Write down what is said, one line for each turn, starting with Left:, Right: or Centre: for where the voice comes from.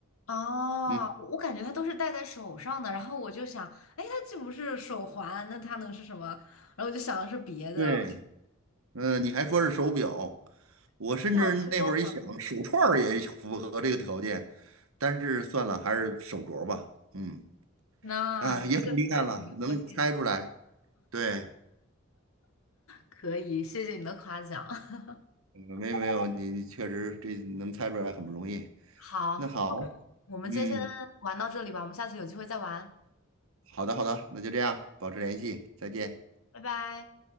Left: 哦，
Right: 嗯，
Left: 我感觉它都是戴在手上的，然后我就想，哎，它既不是手环，那它能是什么？然后我就想的是别的，
Right: 对，嗯、你还说是手表，我甚至那会儿一想，
Left: <laughs> 想多了。
Right: 手串儿也符合这个条件，但是算了，还是手镯儿吧。嗯，
Left: 那你这个太有迷惑性了，
Right: 啊，也很厉害了，能猜出来。对，
Left: 可以，谢谢你的夸奖。<laughs>
Right: 嗯没没有，你你确实这能猜出来很不容易。
Left: 好，
Right: 那好，
Left: 我们今天先玩到这里吧，
Right: 嗯，
Left: 我们下次有机会再玩，
Right: 好的好的，那就这样，保持联系，再见。
Left: 拜拜。